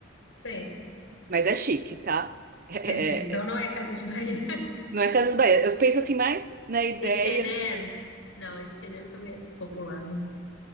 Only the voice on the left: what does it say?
sei,
entendi. Então
não é Casa de Bahia.
<laughs>
H&M,
não, H&M também é popular, né?